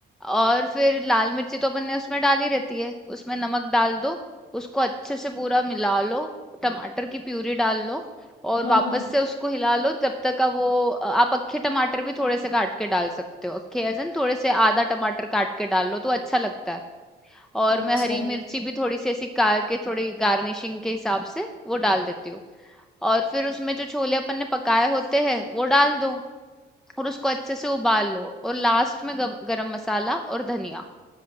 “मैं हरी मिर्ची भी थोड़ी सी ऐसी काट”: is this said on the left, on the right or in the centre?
Centre